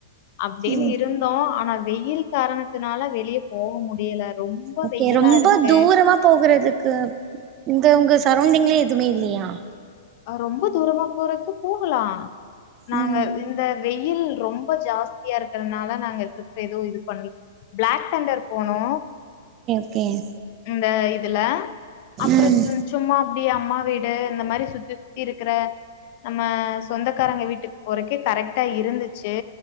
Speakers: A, on the left; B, on the right.
A: அப்டினு
B: ம்
A: இருந்தோ ஆனா வெயில் காரணத்தினால வெளிய போக முடியல ரொம்ப
B: ஓகே
A: வெயிலா
B: ரொம்ப
A: இருக்கு
B: தூரமா போகறதுக்கு இங்க உங்க சரௌண்டிங்லே துமே இல்லையா
A: ஆ ரொம்ப தூரமா போறக்கு போகலா நாங்க
B: ம்
A: இந்த வெயில் ரொம்ப ஜாஸ்தியா இருக்கறதுனால நாங்க டிரிப் ஏதுவு இது பண்ல பிளாக் தண்டர் போனோ
B: ஏன்
A: இந்த இதுல அப்றோ
B: ம்
A: சும்மா அப்டி அம்மா வீடு இந்த மாரி சுத்தி சுத்தி இருக்ற நம்ம சொந்தக்காரங்க வீட்டுக்கு போறக்கே கரெக்டா இருந்து ஏ